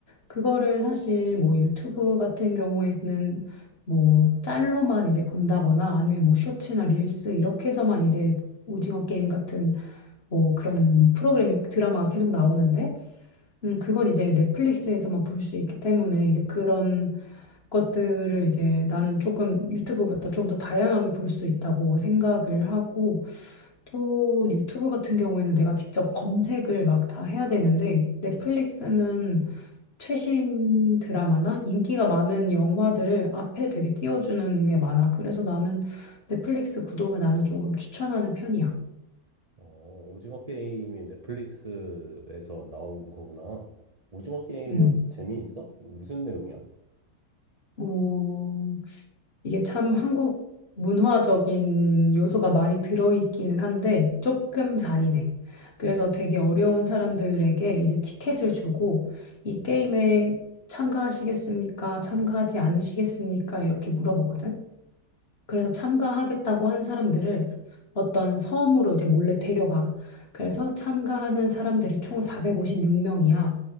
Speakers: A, on the left; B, on the right.
A: 그거를 사실 뭐 유튜브 같은 경우에는 뭐 짤로만 이제 본다거나 아니면 뭐 쇼츠나 릴스 이렇게 해서만 이제 오징어 게임 같은 뭐 그런 프로그램 드라마가 계속 나오는데 음 그건 이제 넷플릭스에서만 볼 수 있기 때문에 이제 그런 것들을 이제 나는 조금 유튜브보다 좀 더 다양하게 볼 수 있다고 생각을 하고 또 유튜브 같은 경우에는 내가 직접 검색을 막 다 해야 되는데 넷플릭스는 최신 드라마나 인기가 많은 영화들을 앞에 되게 띄워주는 게 많아. 그래서 나는 넷플릭스 구독을 나는 조금 추천하는 편이야.
B: 어, 오징어 게임이 넷플릭스에서 나온 거구나. 오징어 게임은
A: 음.
B: 재미있어? 무슨 내용이야?
A: 어, 이게 참 한국 문화적인 요소가 많이 들어있기는 한데 조금 잔인해. 그래서 되게 어려운 사람들에게 이제 티켓을 주고 이 게임에 참가하시겠습니까? 참가하지 않으시겠습니까? 이렇게 물어보거든. 그래서 참가하겠다고 한 사람들을 어떤 섬으로 이제 몰래 데려가. 그래서 참가하는 사람들이 총 456명이야.